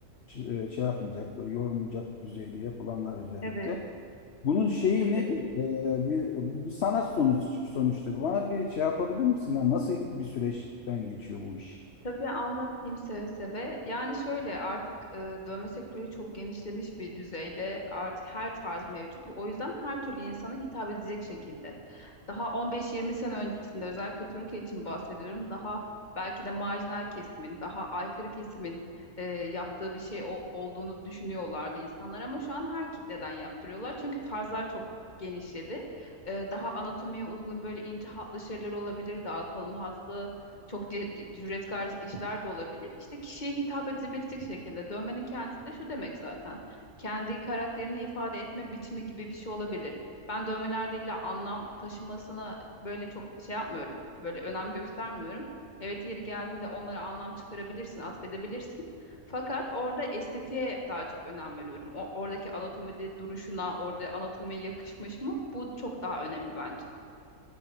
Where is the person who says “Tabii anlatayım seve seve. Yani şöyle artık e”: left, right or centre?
Left